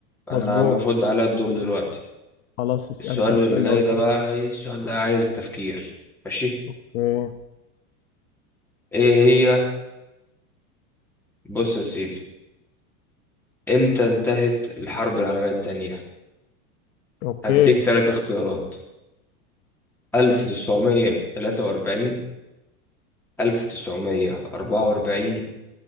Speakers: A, in the centre; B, on the left.
A: انا
B: مظبوط
A: المفروض عليا الدور دلوقتي
B: خلاص اسال
A: السؤال
B: بقى
A: اللي
B: سؤال
A: جاي
B: لو انت
A: ده بقى ايه السؤال ده عايز تفكير ماشي
B: اوكي
A: ايه هي بص يا سيدي امتى انتهت الحرب العالمية التانية
B: اوكي
A: هديك تلات اختيارات ألف تسعمية تلاتة وأربعين ألف تسعمية أربعة وأربعين